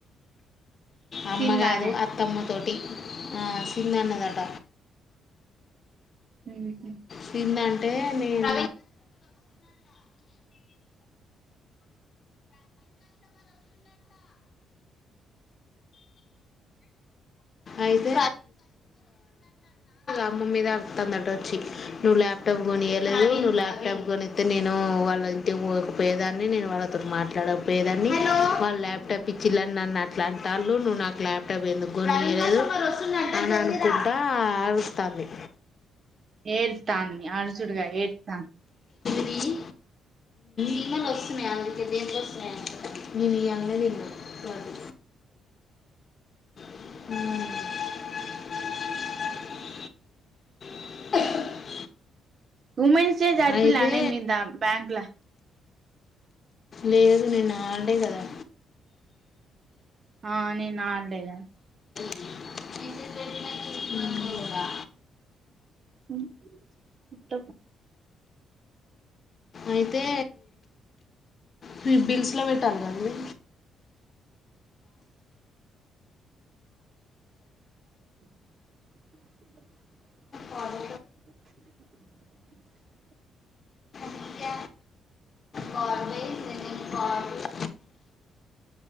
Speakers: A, on the left (about 45°); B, on the right (about 45°).
A: అమ్మ
B: సిందానే
A: కాదు అత్తమ్మ తోటి ఆ సింధన్నదట
B: ఉ
A: సింద అంటే నేను అయితే అమ్మ మీద ఆరుతోంద అట వచ్చి నువ్వు ల్యాప్టాప్ కొనియలేదు నువ్వు ల్యాప్టాప్ కొనిస్తతే నేను వాళ్ళ ఇంటికి పోకపోయేదాన్ని నేను వాళ్ళ తో మాట్లాడకపోయేదాన్ని వాళ్ళ ల్యాప్టాప్ ఇచ్చిలని నన్ను అట్ల అంటా అళ్ళు నువ్వు నాకు ల్యాప్టాప్ ఎందుకు కొనియలేదు అని అనుకుంటా అరుస్తాంది
B: ఏడ్ దాన్ని అరచుడుగ ఏతా
A: ఇ జి ఈమలో ద దసమ్యా అంకితే దేన్లో దసమ మీని అంగలి బస్ అ <inaudible>
B: వుమెన్స్ డే జర్పిలానే
A: అయితే
B: మీ దా బ్యాంక్ ల
A: లేదు నేను ఆడే కదా
B: ఆ నేను ఆండేగ
A: <inaudible>
B: <inaudible> ఉ త్త
A: అయితే ఫీ బిల్స్లో పెట్టాను కదండి
B: <inaudible> <inaudible>
A: కార్డు దివ్య బార్వే జ్ నేను ఎ బార్యేజ్